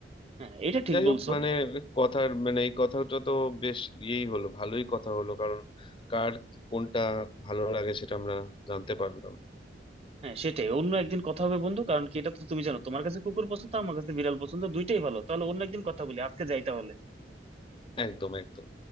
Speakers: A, on the right (about 35°); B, on the left (about 30°).
A: হ্যাঁ এটা ঠিক
B: যাই
A: বলছো
B: হোক মানে কথার মানে এই কথাটা তো বেশ ইয়েই হলো ভালোই কথা হলো কারণ কার কোনটা ভালো লাগে সেটা আমরা জানতে পারলাম
A: হ্যাঁ সেটাই অন্য একদিন কথা হবে বন্ধু কারণ কি এটা তো তুমি জানো তোমার কাছে কুকুর পছন্দ আমার কাছে বিড়াল পছন্দ দুইটাই ভালো তাহলে অন্য একদিন কথা বলি আজকে যাই তাহলে
B: একদম একদম